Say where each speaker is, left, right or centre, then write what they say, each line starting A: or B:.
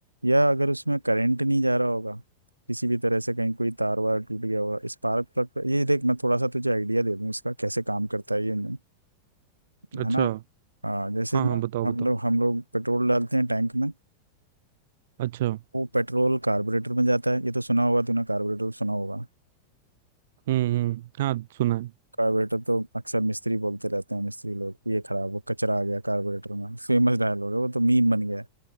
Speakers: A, on the right; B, on the right.
A: या अगर उसमें करंट नहीं जा रहा होगा किसी भी तरह से कहीं कोई तार वार टूट गया होगा स्पार्क प्लग ये देख मैं थोड़ा सा तुझे आइडिया दे दूँ इसका कैसे काम करता है ये नहीं
B: अच्छा
A: है ना हाँ जैसे
B: हाँ
A: ना
B: हाँ बताओ
A: हम
B: बताओ
A: लोग हम लोग पेट्रोल डालते हैं टैंक में
B: अच्छा
A: वो पेट्रोल कार्बोरेटर में जाता है ये तो सुना होगा तूने कार्बोरेटर सुना होगा
B: हम्म हम्म हाँ सुना है
A: कार्बोरेटर तो अक्सर मिस्त्री बोलते रहते हैं मिस्त्री लोग ये खराब हो कचरा आ गया कार्बोरेटर में फेमस डायलॉग है वो तो मीम बन गया है।